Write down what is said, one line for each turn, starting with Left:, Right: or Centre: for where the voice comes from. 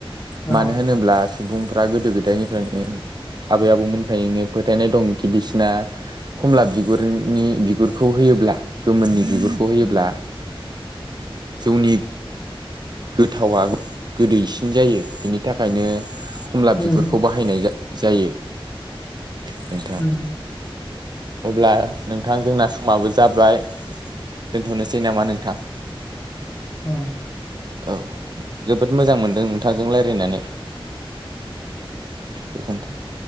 Right: मानो
Left: औ
Right: होनोब्ला सुबुंफ्रा गोदो गोदायनिफ्रायनो आबै आबौमोनफ्रायनो फोथायनाय दंखि बिसिना खमला बिगुरनि बिगुरखौ होयोब्ला गोमोननि बिगुर खौ होयोब्ला
Left: उम
Right: जौनि गोथावा गोदैसिन जायो बिनि थाखायनो खमला
Left: उम
Right: बिगुरखौ बा हायनाय जा-जायो नोंथां।
Left: उम
Right: अब्ला नोंथां जोंना समाबो जाबाय दोनथ'नोसै नामा नोंथां?
Left: उम।
Right: औ। जोबोद मोजां मोनदों नोंथांजों रायलायनानै। गोजोनथों।